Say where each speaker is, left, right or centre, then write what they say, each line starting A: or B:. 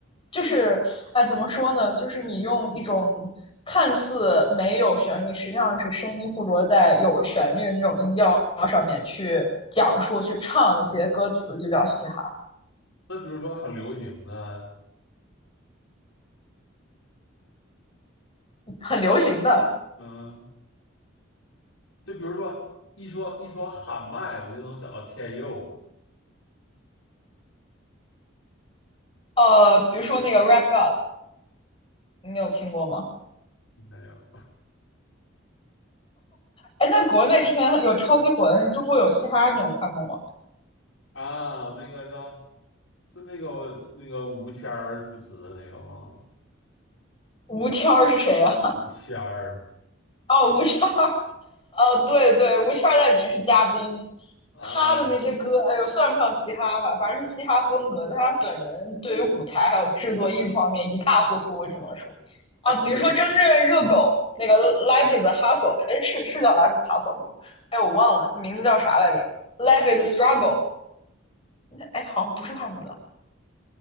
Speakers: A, on the left; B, on the left.
A: 就是哎，
B: 就
A: 怎么说呢？就是你用一种看似没有旋律，实际上是声音附着在有旋律的那种音调上面去讲述、去唱一些歌词，就叫嘻哈，
B: 那比如说很流行的，
A: 很流行的。
B: 嗯、就比如说一说一说喊麦，我就能想到天佑，
A: 呃，比如说那个 Rap God，你有听过吗？
B: 没有
A: 哎，那国内之前有超级火的，中国有嘻哈，你有看过吗？
B: 啊，那个叫是那个那个吴谦儿主持的那个吗？
A: 吴天儿是谁啊？
B: 吴谦儿
A: 哦，吴天儿，呃，对对，吴谦儿在里面是嘉宾，
B: 啊，
A: 他的那些歌，哎呦，算不上嘻哈吧，反正是嘻哈风格，但他本人对于舞台还有制作艺术方面一塌糊涂，我只能说，啊，
B: 哎，但是我
A: 比如说真正热狗那个《Life Is a Hustle》，哎，是是叫《Life Is a Hustle》不？哎，我忘了名字叫啥来着，《Life Is a Struggle》，哎，好像不是他们的，